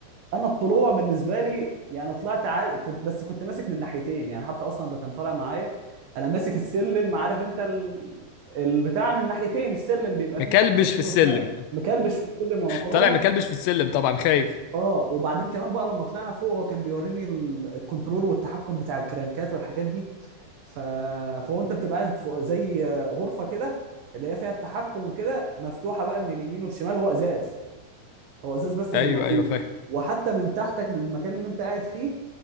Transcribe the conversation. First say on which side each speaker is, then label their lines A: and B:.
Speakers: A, on the right (about 65°); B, on the left (about 80°).
A: انا الطلوع بالنسبه لي يعني طلعت عادي كنت بس كنت ماسك من ناحيتين يعني حتى اصلا اللي كان طالع معايا انا ماسك السلم عارف انت ال... البتاع من ناحيتين السلم بيبقى
B: مكلبش
A: فيه ناحيه يمين
B: في السلم
A: وشمال
B: <laughs>
A: مكلبش في السلم وانا طالع
B: طالع مكلبش في السلم طبعا خايف
A: اه وبعدين كمان بقى لما طلعنا فوق هو كان بيوريني ال- الكنترول والتحكم بتاع الكرانكات والحاجات دي ف... فهو انت بتبقى قاعد فوق زي آه، غرفه كده اللي هي فيها التحكم وكده مفتوحه بقى من اليمين والشمال هو ازاز هو ازاز بس
B: ايوه
A: اللي موجود
B: ايوه فاهم
A: وحتى من تحتك من المكان اللي انت قاعد فيه